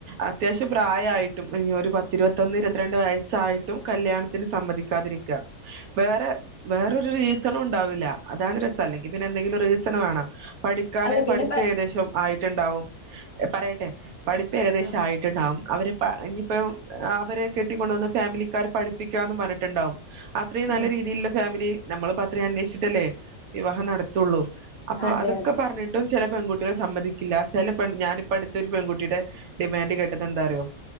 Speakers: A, on the right; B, on the left.
A: അത്യാവശ്യം പ്രായായിട്ടും ഒര് പത്തിരുപത്തൊന്ന് ഇരത്രണ്ട് വയസ്സായിട്ടും കല്യാണത്തിന് സമ്മതിക്കാതിരി വേറെ വേറൊരു റീസണുണ്ടാവില്ല അതാണ് രസം അല്ലെങ്കി പിന്നെ എന്തെങ്കിലു റീസണ് വേണം പഠി ക്കാന്
B: അല്ല പിന്നെ
A: പഠിപ്പ്
B: പ
A: ഏകദേശം ആയിട്ടുണ്ടാവും പറയട്ടെ പഠിപ്പ് ഏകദേശം
B: ആഹ്
A: ആയിട്ടുണ്ടാവും അവരെ ഇഞ്ഞി ഇപ്പം അവരെ കെട്ടിക്കൊണ്ടന്ന ഫാമിലിക്കാര് പഠിപ്പിക്കാന്ന് പർഞ്ഞിട്ട്ണ്ടാവും അത്രീം
B: ഉം
A: നല്ല രീതിയില്ള്ള ഫാമിലി നമ്മളിപ്പോ അത്രീം അന്വേഷ്ച്ച്ട്ടല്ലേ വിവാഹം നടത്തൊള്ളൂ അപ്പൊ
B: അതെ
A: അതൊക്കെ
B: അതെ
A: പർഞ്ഞിട്ടും ചെല പെൺകുട്ടികൾ സമ്മതിക്കില്ല ചെല ഞാനിപ്പ അടുത്തൊരു പെൺകുട്ടിയുടെ ഡിമാൻഡ് കേട്ടത് എന്താറിയോ